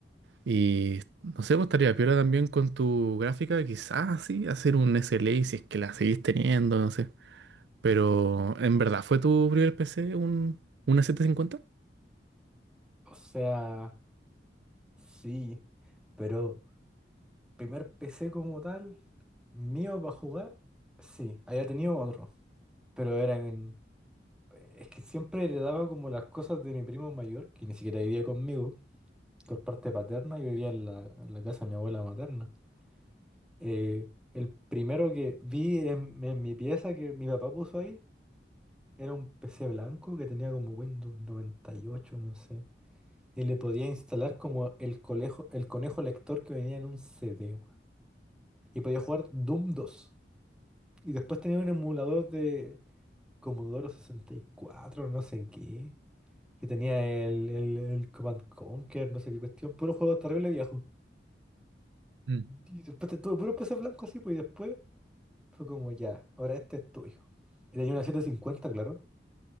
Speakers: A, on the right (about 80°); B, in the centre.
A: Y no sé, pues estaría piola también con tu gráfica, quizás sí, hacer un SLA si es que la seguís teniendo, no sé. Pero, ¿en verdad fue tu primer PC un, una 750?
B: O sea, sí. Pero primer PC como tal, mío para jugar, sí. Había tenido otro. Pero eran... en- Es que siempre heredaba como las cosas de mi primo mayor, que ni siquiera vivía conmigo, por parte paterna, yo vivía en la, en la casa de mi abuela materna. Eh, el primero que vi en, en mi pieza que mi papá puso ahí era un PC blanco que tenía como Windows 98, no sé. Y le podía instalar como el conejo, el conejo lector que venía en un CD, weón. Y podía jugar Doom dos Y después tenía un emulador de Commodore sesenta y cuatro no sé en qué. Que tenía el, el, el Command Conquer, no sé qué cuestión. Puro juego terrible viejo.
A: Mm.
B: Y después te- tuve puro PC blanco así, pues. Y después fue como ya, ahora este es tuyo. Y tenía una setecientos cincuenta claro.